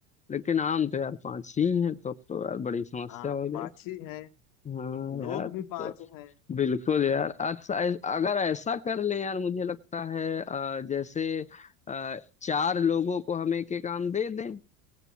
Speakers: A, on the left (about 20°); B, on the left (about 50°).
A: लेकिन आम तो यार पांच ही हैं तो अब तो यार बड़ी समस्या
B: आम
A: हो जाएगी
B: पाँच ही हैं
A: हाँ
B: लोग
A: यार
B: भी
A: अब
B: पाँच
A: तो
B: हैं
A: बिल्कुल यार अच्छा ऐ- अगर ऐसा कर लें यार मुझे लगता है अ, जैसे अ, चार लोगों को हम एक एक आम दे दें